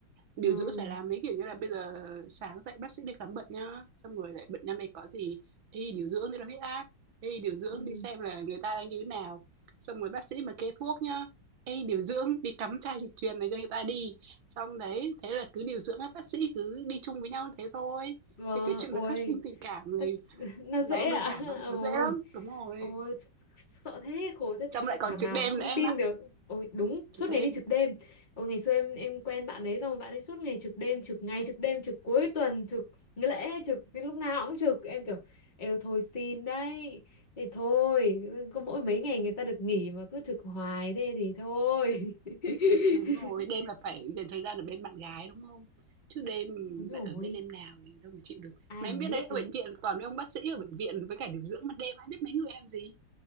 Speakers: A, on the left; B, on the right.
A: vâng
B: Điều dưỡng sẽ làm mấy, kiểu như là, bây giờ sáng dậy bác sĩ đi khám bệnh nhá, xong rồi lại bệnh năm nay có gì, "Ê, điều dưỡng đi đo huyết áp, ê, điều dưỡng
A: ừ.
B: đi xem là người ta đang như thế nào." Xong rồi bác sĩ mà kê thuốc nhá, "Ê, điều dưỡng đi cắm chai dịch truyền này cho người ta đi." Xong đấy, thế là cứ điều dưỡng các bác sĩ cứ đi chung với nhau thế thôi.
A: Vâng,
B: Thì cái chuyện
A: ôi,
B: mà phát sinh tình cảm này
A: thật- <laughs> nó
B: nó
A: dễ
B: đơn
A: ạ.
B: giản
A: <laughs>
B: lắm,
A: Ôi,
B: nó dễ lắm. Đúng rồi.
A: ôi, sợ thế, khổ thế,
B: Xong
A: thế
B: lại còn
A: thảm
B: trực
A: nào,
B: đêm
A: mà không
B: nữa em
A: tin
B: ạ,
A: được. Ôi, đúng,
B: trực
A: suốt ngày
B: đêm
A: đi trực đêm. Ôi, ngày xưa em em quen bạn đấy, xong rồi bạn ấy suốt ngày trực đêm, trực ngày, trực đêm, trực cuối tuần, trực nghỉ lễ, trực cái lúc nào cũng trực. Em kiểu, êu thôi xin đấy, thế thôi, có mỗi mấy ngày người ta được nghỉ mà cứ trực hoài thế thì thôi. <laughs>
B: Đúng rồi, đêm là phải dành thời gian ở bên bạn gái, đúng không? Chứ đêm
A: Đúng rồi,
B: lại ở bên em nào thì đâu mà chịu được.
A: ai
B: Mà
A: mà
B: em biết
A: biết
B: đấy, ở
A: được.
B: bệnh viện toàn mấy ông bác sĩ ở bệnh viện với cả điều dưỡng ban đêm, ai biết mấy người em gì.